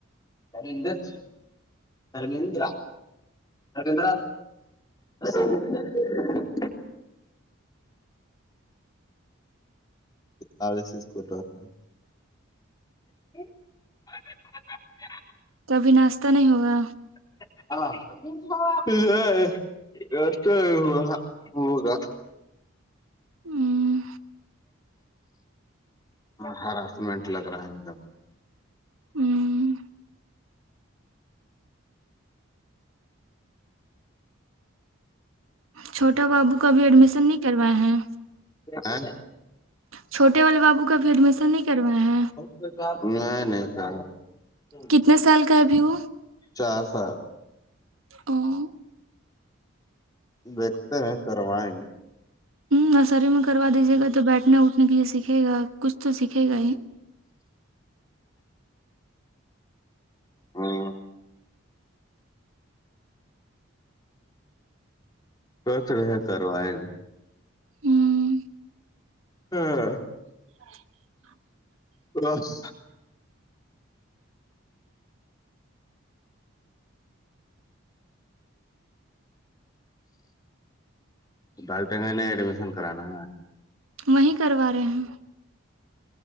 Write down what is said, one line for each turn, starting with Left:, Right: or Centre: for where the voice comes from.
Left: <unintelligible> <unintelligible> <unintelligible> <inaudible>
Right: تبھی ناشتہ نہیں ہوگا
Left: <unintelligible>
Right: ہمم
Left: ہراس منٹ لگ رہا ہے ایک دم
Right: ہمم چھوٹا بابو کا بھی ایڈمیشن نہیں کروائے ہیں
Left: ہا
Right: چھوٹے والے بابو کا ابھی ایڈمیشن نہیں کروائے ہیں
Left: نہیں نہیں کرائے
Right: کتنے سال کا ہے ابھی وہ
Left: چار سال
Right: او او
Left: دیکھتے ہیں کروائیں گے
Right: نرسری میں کروا دیجیے گا تو بیٹھنے اٹھنے کے لیے سیکھے گا کچھ تو سیکھے گا ہی
Left: ہمم سوچ رہے کروائے
Right: ہمم
Left: <unintelligible>
Right: <inaudible>
Left: رس ڈالٹگ نے ایڈمیشن کرانا ہے
Right: وہیں کروا رہے ہیں